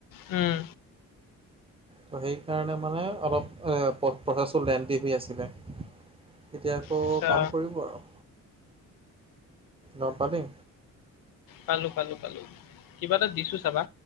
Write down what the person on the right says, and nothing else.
ত' সেইকাৰণে মানে অলপ অ প্ৰ প্ৰচেছটো লেণ্ডি হৈ আছিলে এতিয়া আকৌ
কাম কৰিব আৰু গম পালি